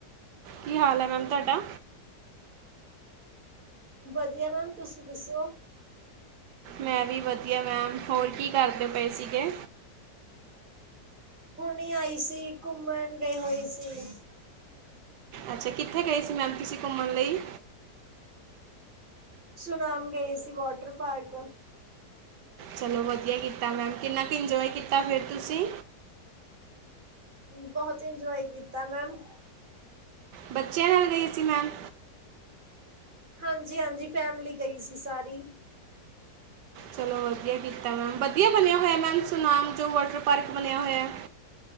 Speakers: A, on the right; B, on the right.
A: ਕੀ ਹਾਲ ਹੈ ਮੈਮ ਤੁਹਾਡਾ?
B: ਵਧੀਆ ਮੈਮ, ਤੁਸੀਂ ਦੱਸੋ?
A: ਮੈਂ ਵੀ ਵਧੀਆ ਮੈਮ, ਹੋਰ ਕੀ ਕਰਦੇ ਪਏ ਸੀਗੇ?
B: ਹੁਣੇ ਆਈ ਸੀ, ਘੁੰਮਣ ਗਏ ਹੋਏ ਸੀ।
A: ਅੱਛਾ। ਕਿੱਥੇ ਗਏ ਸੀ ਮੈਮ ਤੁਸੀਂ ਘੁੰਮਣ ਲਈ?
B: ਸੁਨਾਮ ਗਏ ਸੀ ਵਾਟਰ ਪਾਰਕ।
A: ਚਲੋ ਵਧੀਆ ਕੀਤਾ ਮੈਮ ਕਿੰਨਾ ਕੁ ਇੰਜੋਏ ਕੀਤਾ ਫਿਰ ਤੁਸੀਂ?
B: ਬੋਹਤ ਇੰਜੋਏ ਕੀਤਾ ਮੈਮ
A: ਬੱਚਿਆਂ ਨਾਲ ਗਏ ਸੀ ਮੈਮ?
B: ਹਾਂਜੀ-ਹਾਂਜੀ ਫੈਮਲੀ ਗਈ ਸੀ ਸਾਰੀ।
A: ਚਲੋ ਵਧੀਆ ਕੀਤਾ ਮੈਮ ਵਧੀਆ ਬਣਿਆ ਹੋਇਆ ਮੈਮ ਸੁਨਾਮ ਜੋ ਵਾਟਰ ਪਾਰਕ ਬਣਿਆ ਹੋਇਆ?